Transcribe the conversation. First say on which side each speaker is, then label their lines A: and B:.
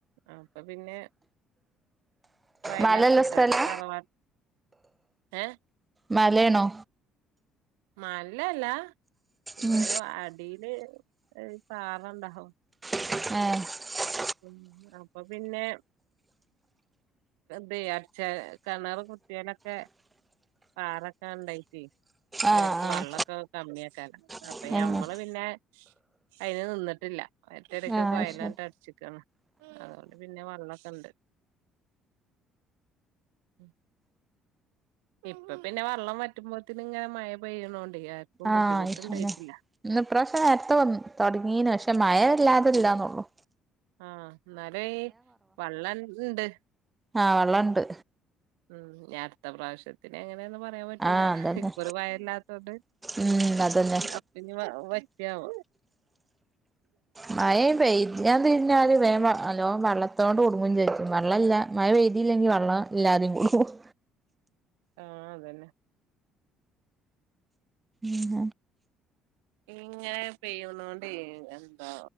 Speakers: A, on the right (about 75°); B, on the right (about 20°).
A: അപ്പൊ പിന്നെ വയലടച്ചിട്ടാവിടെ
B: മലല്ല സ്ഥലാ
A: തറവാ ഏ
B: മലെണോ
A: നല്ലെ അല്ല ഇന്നാലും
B: ഉം
A: അഡ് ടീൽ ഒര് പാറ ഇണ്ടാവും
B: ഏ
A: ഉം അപ്പൊ പിന്നെ ദെ അട്ച്ചേരാ കെണർ കുത്തിയൊലൊക്കെ പാറ ഒക്കെ ഇണ്ടായിറ്റേ പിന്നെ
B: ആഹ്
A: അവര്ക്ക് വള്ളൊക്കെ കമ്മിയാക്കാലം അപ്പൊ
B: ആഹ്
A: ഞമ്മള്
B: ഏഹ്
A: പിന്നെ അയിന് നിന്നിട്ടില്ല. ട്ടെയെര് ഒക്കെ
B: ആഹ്
A: കൊയലാണ്ട്
B: ശരി
A: അട്ച്ചെക്കാണ് അതോണ്ട് പിന്നെ വള്ളൊക്കെ ഇണ്ട് ഉം ഇപ്പ പിന്നെ വള്ളം വറ്റുമ്പോത്തിന് ഇങ്ങനെ മഴ പെയ്യ്ണോണ്ടെ ആര്ക്കും
B: ആഹ് ആഹ്
A: ബുദ്ധിമുട്ട് ഇണ്ടായിട്ടില്ല
B: ഇന്ന് ഇപ്രാവശ്യം നേര്ത്തെ വന്നു തൊടങ്ങീന് പക്ഷെ മഴ വല്ലാതെ ഇല്ലന്നൊള്ളു
A: ആ എന്നാലൈ വെള്ളം ഇ ഇണ്ട്
B: ആ വള്ളം ഇണ്ട്
A: ഉം ഇഞ് അട്ത്ത പ്രാവ്ശ്യത്തിന് പ്പളെ ഒന്നും പറയാൻ പറ്റൂലാ
B: ആഹ് അതന്നെ
A: ഇപ്പ ഒരു മഴ ഇല്ലാത്തോണ്ട്
B: ഉം അതന്നെ
A: അപ്പ ഇഞ്ഞ് വറ്റാവോ
B: മഴ പെയ്യാൻ തിരിഞ്ഞാല് നല്ലോ വെള്ള ത്തോണ്ട് കുടുങ്ങും ചെയ്യും വെള്ളം ഇല്ല മഴ പെയ്തില്ലെങ്കിൽ വെള്ളം ഇല്ലാതിം കുടുങ്ങും
A: ആഹ് അതന്നെ
B: ഉം
A: ങ്ങനെ പെയ്യുന്നൊണ്ട് എന്താ